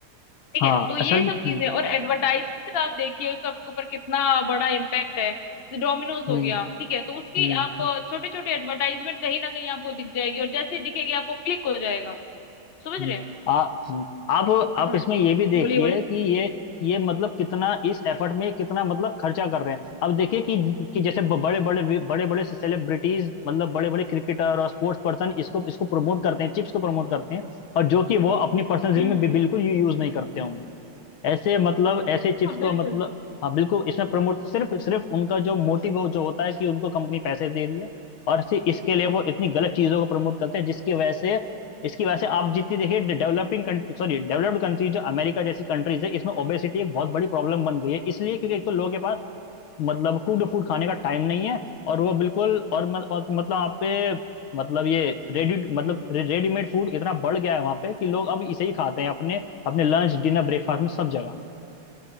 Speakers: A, on the left (about 40°); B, on the left (about 70°).
A: ठीक
B: हाँ
A: है तो ये
B: असल में
A: सब
B: हम्म
A: चीजें और एडवर्टाइजमेंट आप देखिए उसका आपके ऊपर कितना बड़ा इम्पैक्ट है डोमिनोज
B: हम्म
A: हो गया ठीक है तो उसकी
B: हम्म
A: आप छोटे छोटे एडवर्टाइजमेंट कहीं ना कहीं आपको दिख जाएगी और जैसे ही दिखेगी आपको क्लिक हो जाएगा समझ
B: हम्म,
A: रहे हैं
B: आ, हम्म, आप आप
A: हाँ
B: इसमें ये भी देखिए
A: बोलिए बोलिए
B: कि ये ये मतलब कितना इस एफर्ट में कितना मतलब खर्चा कर रहे हैं अब देखिए कि कि जैसे बड़े बड़े बड़े बड़े सेलिब्रिटीज मतलब बड़े बड़े क्रिकेटर और स्पोर्ट्स पर्सन इसको इसको प्रमोट करते हैं चिप्स को प्रमोट करते हैं और जो कि वो अपनी पर्सनल जिंदगी
A: हम्म
B: में
A: हम्म।
B: भी बिल्कुल यूज नहीं करते होंगे ऐसे मतलब ऐसे चिप्स
A: हाँ
B: को
A: बिल्कुल
B: मतलब हाँ बिल्कुल इसमें प्रमोट सिर्फ सिर्फ उनका जो मोटिव हो जो होता है कि उनको कंपनी पैसे दे रही है और सिर्फ इसके लिए वो इतनी गलत चीजों को प्रमोट करते हैं जिसकी वजह से इसकी वजह से आप जितनी देखिए developing country sorry developed country जो अमेरिका जैसी कंट्रीज है इसमें ओबेसिटी एक बहुत बड़ी प्रॉब्लम बन गई है इसलिए क्योंकि एक तो लोगों के पास मतलब कुड फूड खाने का टाइम नहीं है और वो बिल्कुल और, मत, और मतलब आप पे मतलब ये रेडी मतलब रेडीमेड फूड इतना बढ़ गया है वहां पे कि लोग अब इसे ही खाते हैं अपने अपने लंच डिनर ब्रेकफास्ट में सब जगह